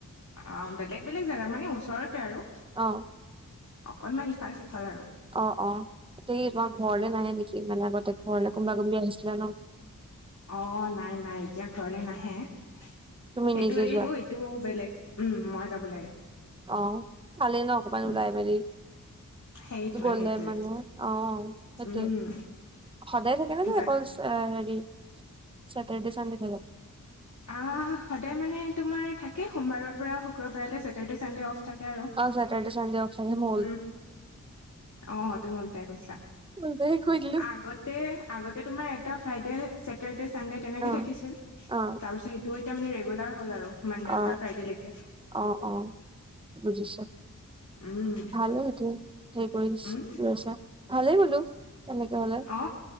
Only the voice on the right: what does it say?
অ
অ, অ এতিয়া কি তোমাৰ ঘৰলে নাহে নেকি মানে আগতে ঘৰলে কোনোবা কোনোবি আহিছিলে ন
তুমি নিজে
যোৱা
অ, ভালে ন অকমান
ওলাই মেলি
গলে
মানে অ সেইটোৱে
সদায় থাকে নে নে
অকল এ হেৰি চেটাৰডে চানডে থাকে
চেটাৰডে চানডে অফ থাকে হয়
মুলতাই কৈ দিলো
অ
অ
অ
অ অ বুজিছো
ভালে সেইটোৱে সেই কৰি
লৈছা ভালে বুলো তেনেকে হলে